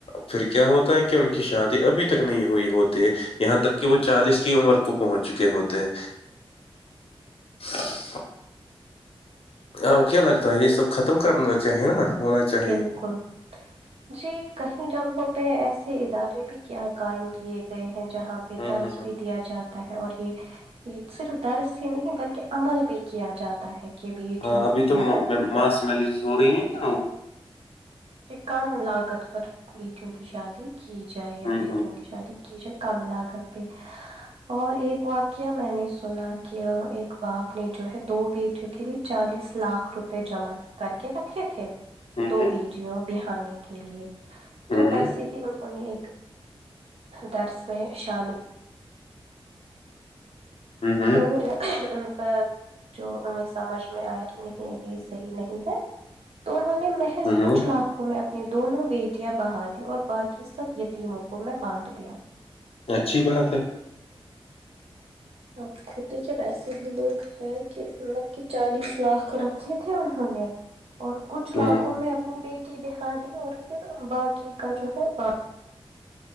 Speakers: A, on the left; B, on the right.
A: پھر کیا ہوتا ہے کہ ان کی شادی ابھی تک نہیں ہوئی ہوتی یہاں تک کہ وہ چالیس کی عمر کو پہنچ چکے ہوتے ہیں
B: <unintelligible>
A: جی اب کیا لگتا ہے یہ سب ختم کرنا چاہیے نا ہونا چاہیے
B: بالکل جی کہیں جگہوں پہ ایسے ادارے بھی کیا کاائم کیے گئے ہیں جہاں پہ
A: ہوں
B: درس
A: ہوں
B: بھی دیا جاتا ہے اور یہ یہ صرف درس ہی نہیں بلکہ عمل بھی کیا جاتا ہے کہ بیٹیوں
A: ہاں ابھی
B: کی جو
A: تو
B: ہے
A: ماس میرج ہو رہی ہیں نا وہ
B: کم لاگت پر بیٹیوں کی شادی کی جائے یا
A: ہوں
B: بیٹوں کی شادی کی جو کم لاگت پہ اور ایک واقعہ میں نے سنا کہ ایک باپ نے جو ہے دو بیچ کے لیے چالیس لاکھ روپے جمع کر کے رکھے تھے
A: ہوں
B: دو بیٹیوں بہانانی کے لیے
A: ہوں
B: تو ایسے ہی انہوں نے ایک درس میں شامل
A: ہوں ہوں
B: تو ان کا جو انہیں سمجھ میں آیا کہ نہیں یہ صحیح نہیں ہے تو انہوں نے محض کچھ
A: ہوں
B: لاکھ کو میں اپنی دونوں بیٹیاں بہ دی اور باقی سب یتیموں کو میں بانٹ دیا
A: اچھی بات ہے
B: آپ خود دیکھے ویسے بھی لوگ ہے کہ مطلب کہ چالیس لاکھ رکھے تھے انہوں نے اور کچھ علاقوں
A: ہوں
B: میں اپنی بیٹی بہا دی اور پھر باقی کا جو ہے ب